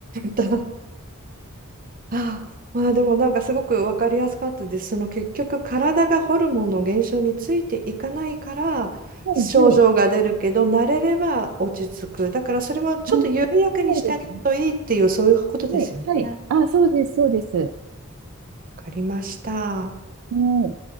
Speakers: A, on the right; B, on the right.
A: た。あ、まあでもなんかすごく分かりやすかったです。その結局体がホルモンの減少についていかないから症状が出るけど慣れれば落ち着く。
B: はい、はい。
A: だからそれはちょっと緩やかにしてあげるといいっていうそういうことですよね。
B: うん、そうですね。はい、はい。あ、そうです、そうです。は
A: わかりました。
B: い。